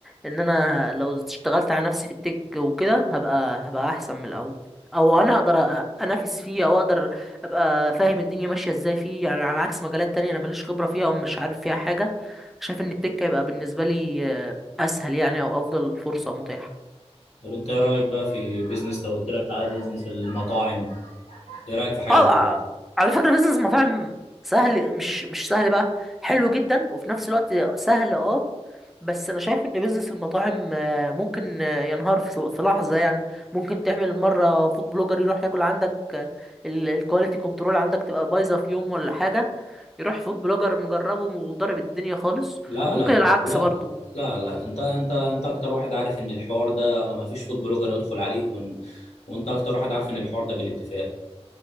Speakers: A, in the centre; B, on the left.
A: ان انا لو اشتغلت على نفسي في التك وكده هبقى هبقى احسن من الاول او انا اقدر أ- انافس فيه او اقدر ابقى فاهم الدنيا ماشيه ازاي فيه يعني على عكس مجالات تانية انا ماليش خبره فيها او مش عارف فيها حاجه شايف ان التك هيبقى بالنسبه لي آه، اسهل يعني او افضل فرصه متاحه
B: طب انت ايه رايك بقى في بيزنس لو قلت لك تعالى بيزنس المطاعم ايه رايك في حاجه
A: اه
B: زي
A: آه،
B: كده
A: على فكره بيزنس مطاعم سهل مش مش سهل بقى حلو جدا وفي نفس الوقت سهل اه بس انا شايف ان بيزنس المطاعم آه، ممكن آه، ينهار في صل- في لحظه يعني ممكن تعمل مره فود بلوجر يروح ياكل عندك آه، ال- الكواليتي كنترول عندك تبقى بايظه في يوم ولا حاجه يروح فود بلوجر مجربه وضارب الدنيا خالص
B: لا
A: وممكن
B: لا لا
A: العكس
B: لا
A: برضه
B: لا لا لا انت انت انت اكتر واحد عارف ان الحوار ده ما فيش فود بلوجر هيدخل عليك وان... وانت اكتر واحد عارف ان الحوار ده بالاتفاق